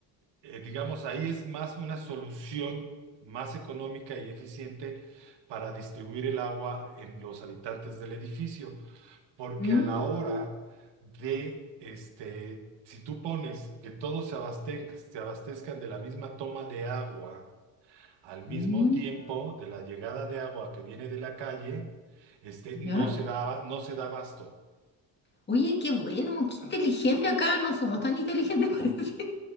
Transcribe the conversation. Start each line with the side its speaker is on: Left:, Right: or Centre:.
Right: eh, digamos, ahí es más una solución más económica y eficiente para distribuir el agua en los habitantes del edificio, porque
Left: Mm,
Right: a la hora de, este, si tú pones que todos se abasten- se abastezcan de la misma toma de agua al mismo
Left: mm,
Right: tiempo de la llegada de agua que viene de la calle, este,
Left: ya.
Right: no se da, no se da abasto.
Left: Oye, qué bueno, qué inteligente acá. No somos tan inteligentes, <laughs> parece.